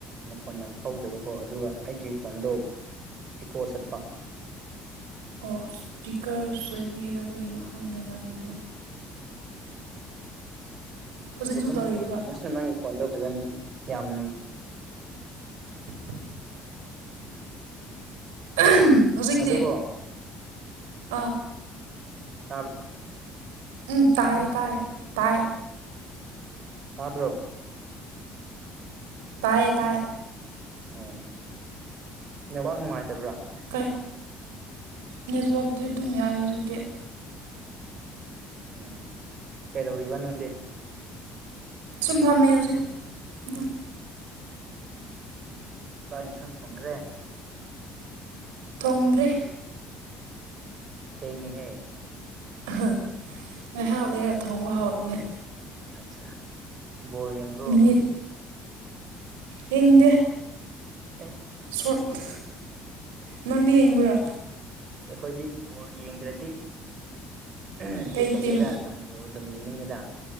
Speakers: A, on the right; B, on the right.
A: ꯃꯈꯣꯟ ꯌꯥꯝ ꯍꯧꯗꯕꯀꯣ ꯑꯗꯨꯒ ꯑꯩꯒꯤ ꯈꯣꯟꯗꯣ ꯏꯀꯣ ꯆꯠꯄ
B: ꯑꯣ ꯁꯄꯤꯀ꯭ꯔ ꯁꯣꯏꯕꯤꯔꯒ ꯀꯩꯒꯤꯅꯣ ꯈꯪꯗꯦꯅꯦ ꯑꯗꯨꯗꯤ
A: <inaudible>
B: ꯍꯧꯖꯤꯛꯁꯨ
A: ꯕꯣꯠꯂꯨꯝ
B: ꯇꯧꯔꯤꯕ꯭ꯔꯥ
A: ꯐꯨꯜ ꯊꯝꯃꯁꯅꯨ ꯀꯣꯟꯗꯣ ꯐꯖꯅ ꯌꯥꯝ
B: ꯑꯍꯝ ꯍꯧꯖꯤꯛꯇꯤ
A: ꯑꯗꯨꯀꯣ
B: ꯑ
A: ꯇꯥꯕ
B: ꯎꯝ ꯇꯥꯏꯌꯦ ꯇꯥꯏ ꯇꯥꯏ
A: ꯇꯥꯕ꯭ꯔꯣ
B: ꯇꯥꯏꯌꯦ ꯇꯥꯏꯌꯦ
A: ꯑꯣ ꯅꯦꯠꯋꯥꯛ ꯅꯨꯡꯉꯥꯏꯇꯕ꯭ꯔꯥ
B: ꯀꯩ ꯅꯦꯠꯋꯥꯛꯇꯤ ꯑꯗꯨꯝ ꯌꯥꯏ ꯍꯧꯖꯤꯛꯇꯤ
A: ꯎꯝ ꯀꯩꯗꯧꯔꯤꯕ ꯅꯪꯗꯤ
B: ꯁꯨꯝ ꯐꯝꯃꯦ ꯍꯧꯖꯤꯛ ꯑꯗꯨꯝ
A: ꯎꯝ ꯆꯥꯛ ꯌꯦꯟꯁꯥꯡ ꯊꯣꯡꯈ꯭ꯔꯦ
B: ꯊꯣꯡꯗ꯭ꯔꯤ
A: ꯊꯦꯡꯉꯦꯍꯦ
B: ꯑꯍꯥ ꯉꯥꯏꯍꯥꯛ ꯂꯩꯔ ꯊꯣꯡꯕ ꯍꯧꯔꯅꯤ
A: ꯑꯠꯆꯥ ꯕꯣꯜ ꯌꯦꯡꯕ꯭ꯔꯣ
B: ꯃꯤꯅꯤꯠ ꯌꯦꯡꯗꯦ
A: ꯑꯦ
B: ꯁꯣꯔꯠ ꯅꯪꯗꯤ ꯌꯦꯡꯕ꯭ꯔꯥ
A: ꯑꯩꯈꯣꯏꯗꯤ ꯕꯣꯜ ꯌꯦꯡꯗ꯭ꯔꯗꯤ ꯍꯝ
B: ꯀꯩ
A: ꯕꯤꯠ ꯂꯩꯇꯦꯗ
B: ꯇꯤꯝ
A: ꯑꯗꯨꯝ ꯕꯣꯜ ꯑꯗꯨꯝ ꯌꯦꯡꯅꯤꯡꯉꯤꯗ